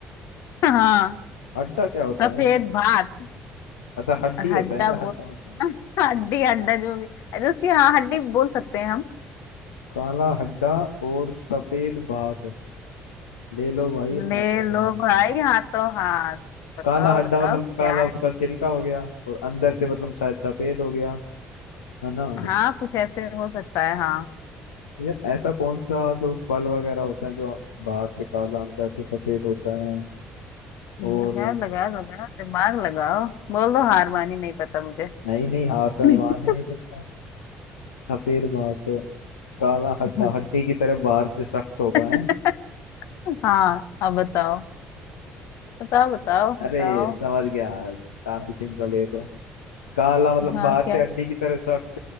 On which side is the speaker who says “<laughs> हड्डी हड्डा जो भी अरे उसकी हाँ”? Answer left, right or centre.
Left